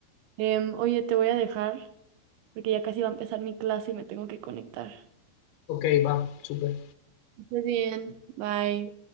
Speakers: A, on the right; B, on the left.
A: em, oye, te voy a dejar porque ya casi va a empezar mi clase y me tengo que conectar.
B: ok, va, súper.
A: Que Estés bien. Bye.